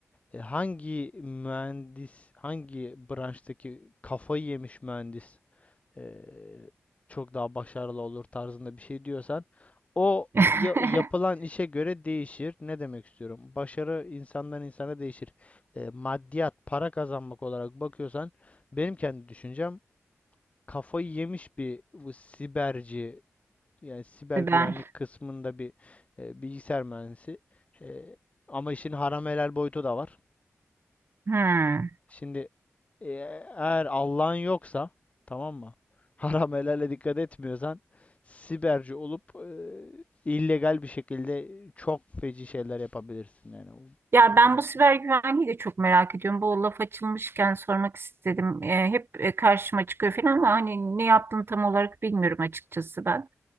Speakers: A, on the left; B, on the right.
A: E, hangi mühendis, hangi branştaki kafayı yemiş mühendis eee, çok daha başarılı olur tarzında bir şey diyorsan o
B: <laughs>
A: ya- yapılan işe göre değişir. Ne demek istiyorum? Başarı insandan insana değişir. Eee, maddiyat, para kazanmak olarak bakıyorsan benim kendi düşüncem kafayı yemiş bir bu siberci yani siber
B: Siber.
A: güvenlik kısmında bir eee, bilgisayar mühendisi. Eee, ama işin haram helal boyutu da var.
B: Hmm.
A: Şimdi E, Eğer Allah'ın yoksa tamam mı? <laughs> Haram helale dikkat etmiyorsan siberci olup e, illegal bir şekilde çok feci şeyler yapabilirsin yani. O-
B: Ya ben
A: böyle-
B: bu siber güvenliği de çok merak ediyorum. Bu laf açılmışken sormak istedim. E, hep e, karşıma çıkıyor falan ama hani ne yaptığını tam olarak bilmiyorum açıkçası ben.